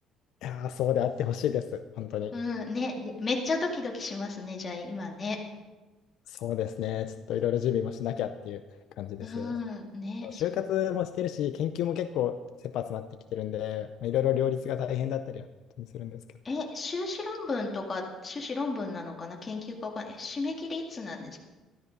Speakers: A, on the left (about 70°); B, on the left (about 25°).
A: いやー、そうであってほしいです。本当に。
B: うん、ね、めめっちゃドキドキしますね、じゃあ、今ね。
A: そうですね。ちょっといろいろ準備もしなきゃっていう感じです。
B: うん、ね、そうです。
A: 就活もしてるし、研究も結構切羽詰まってきてるんで、まあ、いろいろ両立が大変だったりはするんですけど。
B: え、修士論文とか、修士論文なのかな研究かわかんない。え、締め切りいつなんですか